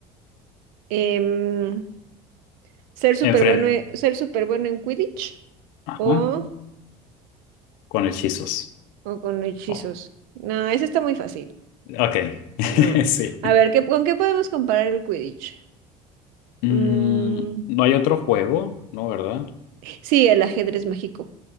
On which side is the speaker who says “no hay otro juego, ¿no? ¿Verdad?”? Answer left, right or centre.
Left